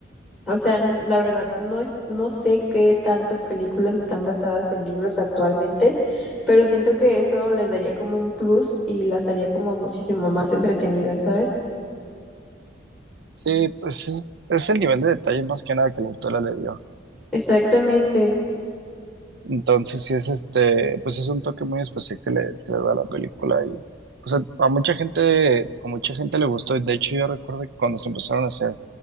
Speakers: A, in the centre; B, on the right (about 60°).
A: o sea, n- la verdad, no es, no sé qué tantas películas están basadas en libros actualmente, pero siento que eso les daría como un plus y las haría como muchísimo más entretenidas, ¿sabes?
B: sí, pues es, es el nivel de detalle más que nada que la autora le dio.
A: Exactamente.
B: Entonces, sí es este, pues es un toque muy especial que le, que le da a la película y pues a, a mucha gente, a mucha gente le gustó. De hecho, yo recuerdo que cuando se empezaron a hacer,